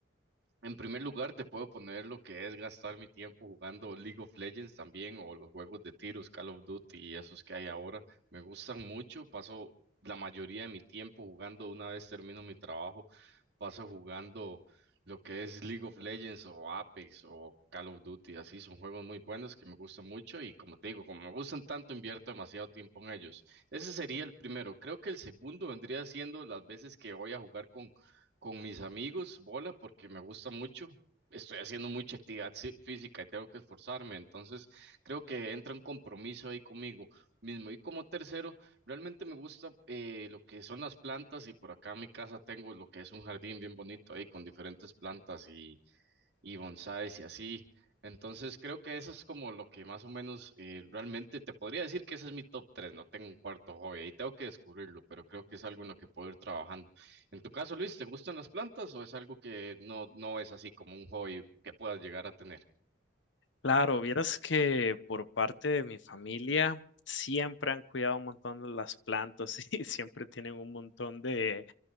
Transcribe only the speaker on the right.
en primer lugar, te puedo poner lo que es gastar mi tiempo jugando League of Legends también o los juegos de tiros, Call of Duty y esos que hay ahora. Me gustan mucho, paso la mayoría de mi tiempo jugando. Una vez termino mi trabajo, paso jugando lo que es League of Legends o Apex o Call of Duty. Así son juegos muy buenos que me gustan mucho y como te digo, como me gustan tanto, invierto demasiado tiempo en ellos. Ese sería el primero. Creo que el segundo vendría siendo las veces que voy a jugar con con mis amigos, bola, porque me gusta mucho. Estoy haciendo mucha actividad sí- física y tengo que esforzarme, entonces creo que entra un compromiso ahí conmigo mismo. Y como tercero, realmente me gusta eh, lo que son las plantas y por acá en mi casa tengo lo que es un jardín bien bonito ahí con diferentes plantas y bonsáis y así. Entonces creo que eso es como lo que más o menos eh, realmente te podría decir que ese es mi top tres no tengo un cuarto hobby, ahí tengo que descubrirlo, pero creo que es algo en lo que puedo ir trabajando. En tu caso, Luis, ¿te gustan las plantas o es algo que no, no es así como un hobby que puedas llegar a tener?